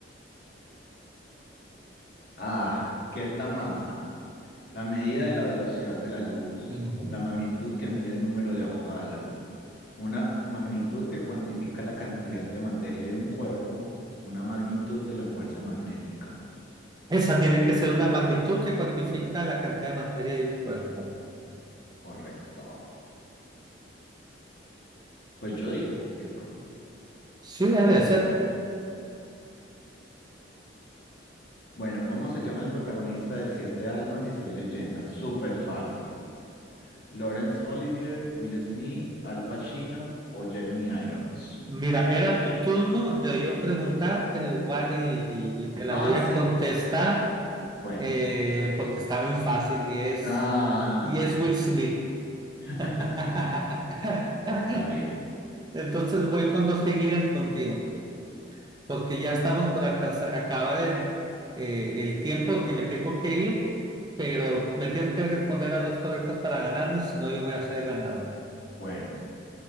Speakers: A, on the left; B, on the right.
A: Ah, ¿qué es la masa? La medida de la velocidad de la luz,
B: No.
A: la magnitud que mide el número de Avogadro, una magnitud que cuantifica la cantidad de materia de un cuerpo, una magnitud de la fuerza magnética.
B: Esa tiene que ser una magnitud que cuantifica la cantidad de materia de un cuerpo.
A: Correcto. Pues yo digo que es correcto.
B: Sí, debe de ser.
A: Bueno, ¿cómo se llama el protagonista de Siete Almas y Soy Leyenda? Súper fácil. Laurence Olivier, Will Smith, Al Pacino o Jeremy Irons.
B: Mira, era tu turno de yo preguntar, pero igual y, y- y te la
A: Ah,
B: voy
A: sí.
B: a contestar
A: Bueno.
B: eh, porque está muy fácil y es,
A: Ah.
B: y es Will Smith.
A: <laughs>
B: <laughs>
A: Está bien.
B: Entonces voy con dos seguidas contigo, porque ya estamos por alcanzar- acabar el, eh, el tiempo que me tengo que ir, pero me tienes que responder las dos correctas para ganarme, si no yo voy a ser ganador.
A: Bueno.